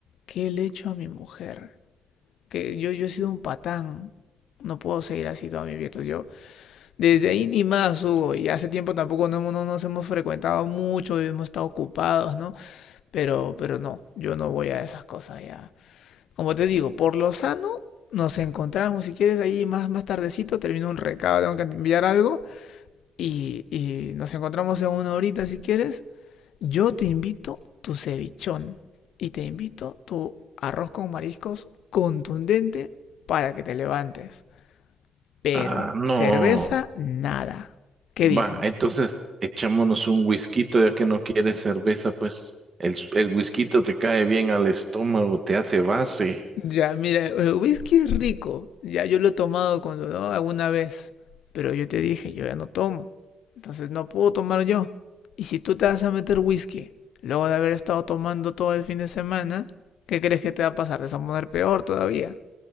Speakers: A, on the left; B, on the right.
A: ¿Qué le he hecho a mi mujer? Que yo, yo he sido un patán. No puedo seguir así toda mi vida. Entonces yo, desde ahí ni más, Hugo. Y hace tiempo tampoco no, hemos- no nos hemos frecuentado mucho y hemos estado ocupados, ¿no? Pero, pero no, yo no voy a esas cosas ya. Como te digo, por lo sano, nos encontramos, si quieres, ahí más, más tardecito, termino un recado, tengo que enviar algo, y, y nos encontramos en una horita, si quieres. Yo te invito tu cevichón y te invito tu arroz con mariscos contundente para que te levantes. Pero
B: Ah, no.
A: cerveza, nada. ¿Qué
B: Va,
A: dices?
B: entonces echámonos un whisky, ya que no quieres cerveza, pues el, el whisky te cae bien al estómago, te hace base.
A: Ya, mira, el whisky es rico. Ya yo lo he tomado cuando, ¿no? Alguna vez. Pero yo te dije, yo ya no tomo. Entonces no puedo tomar yo. Y si tú te vas a meter whisky, luego de haber estado tomando todo el fin de semana, ¿qué crees que te va a pasar? Te vas a poner peor todavía.